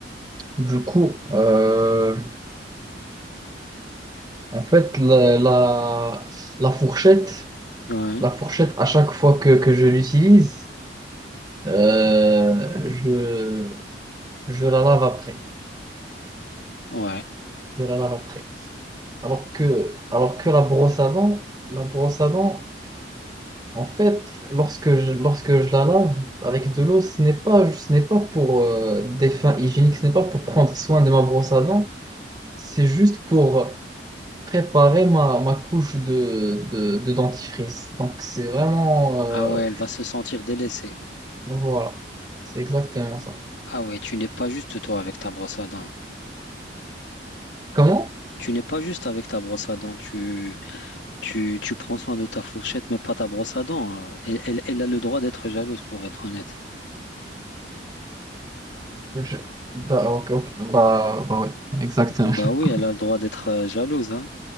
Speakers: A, on the right (about 20°); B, on the left (about 80°).
A: du coup, euh, en fait, la, la, la fourchette,
B: Ouais,
A: la fourchette, à chaque fois que, que je l'utilise, euh, je, je la lave après.
B: ouais.
A: Je la lave après. Alors que, alors que la brosse à dents, la brosse à dents, En fait, lorsque je, lorsque je la lave avec de l'eau, ce n'est pas, ce n'est pas pour euh, des fins hygiéniques, ce n'est pas pour prendre soin de ma brosse à dents, c'est juste pour préparer ma, ma couche de, de, de dentifrice. Donc c'est vraiment... euh,
B: Ah ouais, elle va se sentir délaissée.
A: voilà, c'est exactement ça.
B: Ah ouais, tu n'es pas juste toi avec ta brosse à dents.
A: Comment?
B: Tu n'es pas juste avec ta brosse à dents. Tu, tu, tu prends soin de ta fourchette, mais pas ta brosse à dents. Elle, elle, elle a le droit d'être jalouse, pour être honnête.
A: Je- Bah, ok, ok. Bah, bah ouais, exactement.
B: Bah
A: <laughs>
B: oui, elle a le droit d'être euh, jalouse, hein.